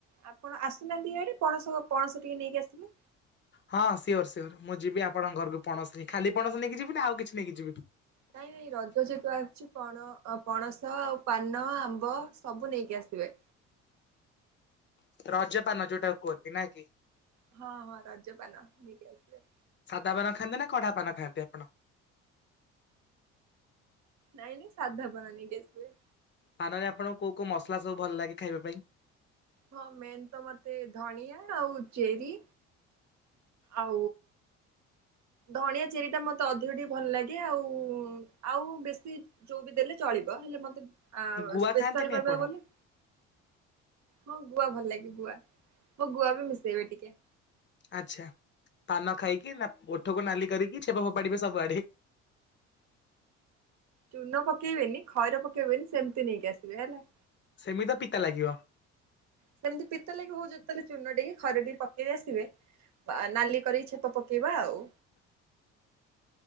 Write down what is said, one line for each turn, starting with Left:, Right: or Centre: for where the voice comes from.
Right: ଆପଣ ଆସୁନାହାନ୍ତି ଇଆଡ଼େ। ପଣସ ପଣସ ଟିକେ ନେଇକି ଆସିବେ।
Left: ହଁ ସିଓର୍ ସିଓର୍ ମୁଁ ଯିବି ଆପଣଙ୍କ ଘରକୁ ପଣସ ନେଇ। ଖାଲି ପଣସ ନେଇକି ଯିବି ନା ଆଉ କିଛି ନେଇକି ଯିବି?
Right: ନାଇଁ ନାଇଁ ରଜ ଯେହେତୁ ଅଛି ପଣ-ଅ, ପଣସ ଆଉ ପାନ, ଆମ୍ବ ସବୁ ନେଇକି ଆସିବେ।
Left: ରଜପାନ ଯୋଉଟାକୁ କୁହନ୍ତି ନା କି?
Right: ହଁ, ହଁ ରଜ ପାନ ନେଇକି ଆସିବେ।
Left: ସାଧା ପାନ ଖାଆନ୍ତି ନା କଡା ପାନ ଖାଆନ୍ତି ଆପଣ?
Right: ନାଇଁ ନାଇଁ ସାଧା ପାନ ନେଇକି ଆସିବେ।
Left: ପାନରେ ଆପଣଙ୍କୁ କୋଉ କୋଉ ମସଲା ସବୁ ଭଲ ଲାଗେ ଖାଇବା ପାଇଁ?
Right: ହଁ ମେନ୍ ତ ମୋତେ ଧଣିଆ ଆଉ ଚେରି ଆଉ ଧଣିଆ ଚେରିଟା ମତେ ଅଧିକ ଟିକେ ଭଲ ଲାଗେ ଆଉ ଆଉ ବେଶୀ ଯୋଉ ବି ଦେଲେ ଚଳିବ ହେଲେ ମତେ ଆଉ
Left: ଗୁଆ
Right: ସ୍ପେଶାଲ
Left: ଖାଆନ୍ତିନି
Right: କହିବାକୁ
Left: ଆପଣ?
Right: ଗଲେ ହଁ ଗୁଆ ଭଲ ଲାଗେ ଗୁଆ ହଁ ଗୁଆ ବି ମିଶେଇବେ ଟିକେ।
Left: ଆଚ୍ଛା ପାନ ଖାଇକି ନା ଓଠକୁ ନାଲି କରିକି ଛେପ ଫୋପାଡି଼ବେ ସବୁ ଆଡ଼େ।
Right: ଚୁନ ପକେଇବେନି ଖଇର ପକେଇବେନି ସେମିତି ନେଇକି ଆସିବେ ହେଲା।
Left: ସେମିତି ତ ପିତା ଲାଗିବ।
Right: ସେମିତି ପିତାଲାଗିବ ହଉ ଯେତେବେଳେ ଚୂନ ଟିକେ ଖଇର ଟିକେ ପକେଇିକି ଆସିବେ। ନାଲି କରିି ଛେପ ପକେଇବା ଆଉ।